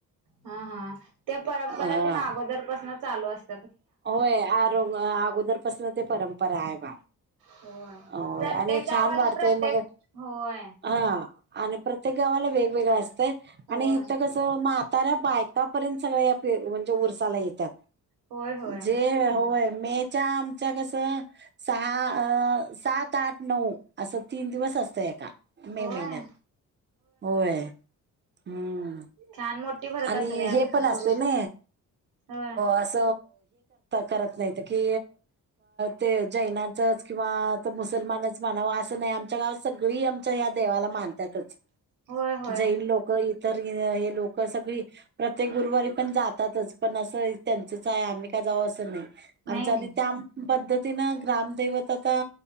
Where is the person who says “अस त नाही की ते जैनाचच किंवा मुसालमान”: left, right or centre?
Right